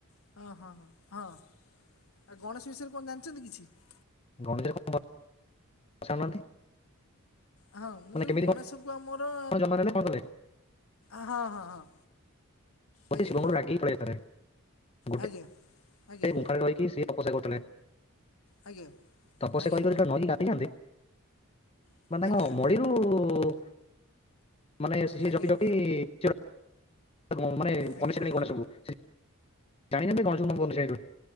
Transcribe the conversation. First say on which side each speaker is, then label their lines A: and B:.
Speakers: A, on the left (about 75°); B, on the left (about 25°).
A: <unintelligible>
B: <unintelligible>
A: ହଁ ମୁଁ
B: ମାନେ
A: କହିଲି
B: କେମିତି
A: ଗଣେଶକୁ ଆମର
B: କଣ ଜନ୍ମ ନେଲେ କଣ କଲେ
A: ହଁ ହଁ ହଁ।
B: ଗୋଟେ
A: ଆଜ୍ଞା
B: ଶିବଙ୍କୁରୁ ରାଗି ପଳେଇ ଆାଇଥିଲେ ଗୋଟେ
A: ଆଜ୍ଞା ଆଜ୍ଞା
B: ମୁଖାରେ ରହିକି ସେ ତପସ୍ୟା କରୁଥିଲେ। <unintelligible>
A: ଆଜ୍ଞା ଆଜ୍ଞା
B: <unintelligible>
A: ଆଜ୍ଞା।
B: ମାନେ ସିଏ
A: ଆଜ୍ଞା ଆଜ୍ଞା।
B: <unintelligible> <unintelligible>
A: ଆଜ୍ଞା